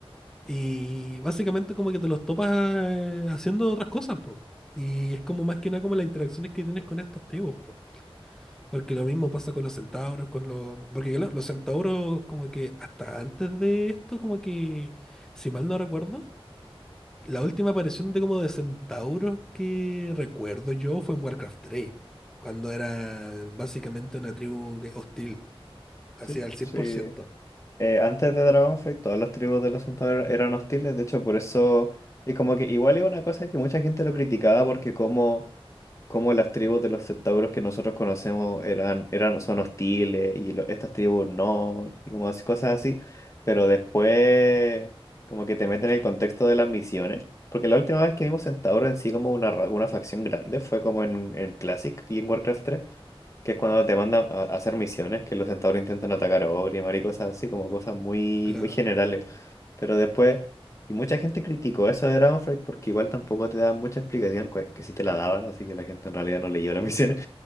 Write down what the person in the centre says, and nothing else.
Y básicamente como que te los topas eh, haciendo otras cosas, po. Y es como más que nada como las interacciones que tienes con estos tribus, po. Porque lo mismo pasa con los centauros, con los... Porque claro, los centauros como que hasta antes de esto, como que, si mal no recuerdo, la última aparición de como de centauros que recuerdo yo fue en Warcraft 3, cuando era básicamente una tribu que- hostil, así
al 100%,
claro.